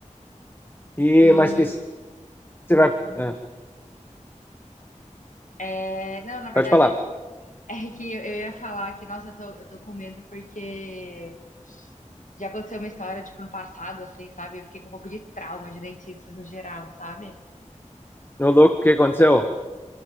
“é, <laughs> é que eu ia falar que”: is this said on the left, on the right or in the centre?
Left